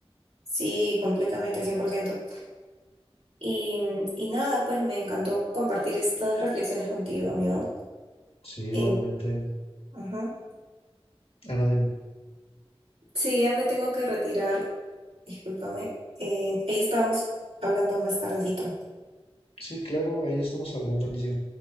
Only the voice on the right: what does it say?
Sí, completamente, cien por ciento Y, y nada, pues me encantó compartir estas reflexiones contigo, amigo.
Eh, ujú.
Sí, ya me tengo que retirar, discúlpame. Eh, ahí estamos hablando más tardecito.